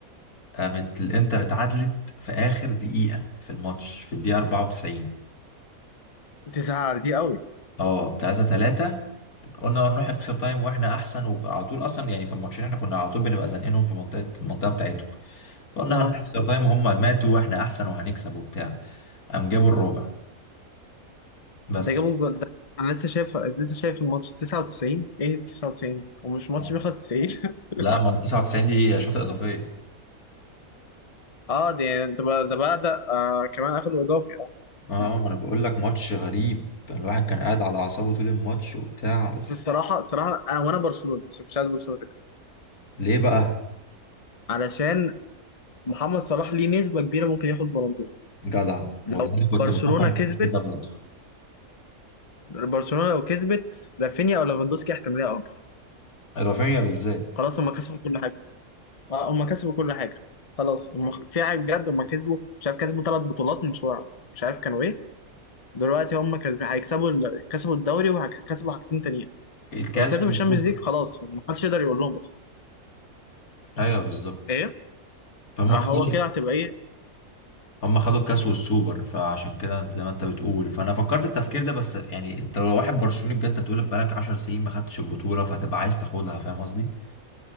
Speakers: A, on the left (about 85°); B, on the left (about 30°).
A: قامت الانتر اتعادلت في اخر دقيقة في الماتش في الدقيقة 94
B: تزعل دي قوي
A: اه 3 3 قلنا نروح اكسترا تايم واحنا احسن وعلى طول اصلا يعني في الماتشين احنا كنا على طول بنبقى زنقينهم في منطقة المنطقة بتاعتهم فقلنا
B: اه
A: هنروح اكسترا تايم وهم ماتوا واحنا احسن وهنكسب وبتاع قام جابوا الرابع بس
B: ده جابوا الجول ده انا لسه شايف لسه شايف الماتش 99 ايه 99 دي ومش ماتش
A: آه.
B: بيخلص 90 <laughs>
A: لا ما هو 99 دي شوطة إضافية
B: اه دي ده بقى ده بقى ده آه كمان اخدوا اضافي اه
A: اه
B: مم.
A: ما انا بقول لك ماتش غريب الواحد كان قاعد على اعصابه طول الماتش وبتاع بس
B: بس الصراحه الصراحه انا وانا برشلوني بس كنتش عايز برشلونه تكسب
A: ليه بقى
B: علشان محمد صلاح ليه نسبة كبيرة ممكن ياخد بلندور
A: جدع
B: لو
A: والله كنت
B: برشلونة
A: بفكر
B: كسبت
A: في كده برضه
B: برشلونة لو كسبت رافينيا او ليفاندوسكي احتمالية اكبر
A: إضافية بالذات
B: خلاص هم كسبوا كل حاجة اه هم كسبوا كل حاجة خلاص هم في حاجة بجد هم كسبوا مش عارف كسبوا ثلاث بطولات من شوية مش عارف كانوا ايه دلوقتي هم كسبوا هيكسبوا ال- كسبوا الدوري وهيكسبوا حاجتين تانيين
A: الكاس
B: ولو كسبوا
A: والسوبر
B: الشامبيونز ليج خلاص محدش يقدر يقول لهم اصلا
A: ايوه بالظبط
B: ايه
A: هم
B: آه
A: خدوا
B: هو كده هتبقى ايه
A: هم خدوا الكاس والسوبر فعشان كده زي ما انت بتقول فانا فكرت التفكير ده بس يعني انت لو واحد برشلوني بجد هتقول بقالك 10 سنين ما خدتش البطولة فهتبقى عايز تاخدها فاهم قصدي؟